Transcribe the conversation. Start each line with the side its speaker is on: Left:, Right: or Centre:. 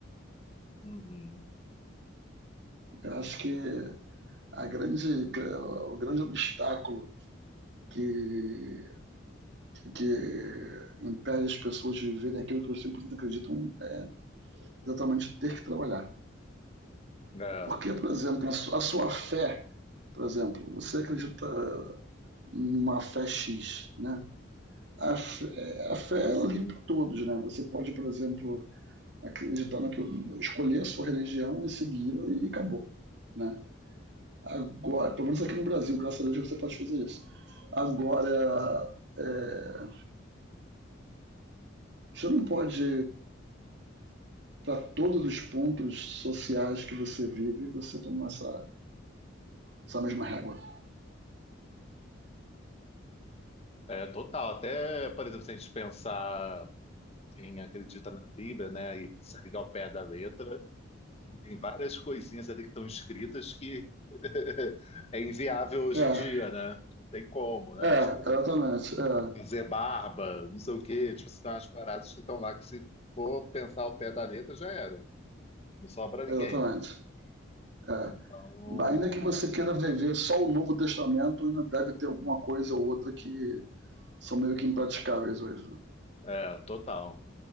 Left: uhum.
Right: Eu acho que a grande, o grande obstáculo que, que impede as pessoas de viverem aquilo que os 100% acreditam é exatamente ter que trabalhar.
Left: É,
Right: Porque, por exemplo, a sua, fé, por exemplo, você acredita em uma fé X, né? A fé, a fé é livre para todos, né? Você pode, por exemplo, acreditar no que escolher a sua religião e segui-la e acabou, né? Agora, pelo menos aqui no Brasil, graças a Deus você pode fazer isso. Agora, é, Você não pode, para todos os pontos sociais que você vive, você tomar essa, essa mesma régua.
Left: é total. Até, por exemplo, se a gente pensar quem acredita na Bíblia, né, e segue ao pé da letra, tem várias coisinhas ali que estão escritas que <laughs> é inviável hoje
Right: É,
Left: em dia, né? Não tem como, né?
Right: é,
Left: Tipo,
Right: exatamente. É,
Left: fazer barba, não sei o quê, tipo, se tem umas paradas que estão lá que se for pensar ao pé da letra já era, não sobra ninguém.
Right: exatamente. É.
Left: Então,
Right: Ainda que você queira viver só o Novo Testamento, ainda deve ter alguma coisa ou outra que são meio que impraticáveis hoje. Né?
Left: é, total.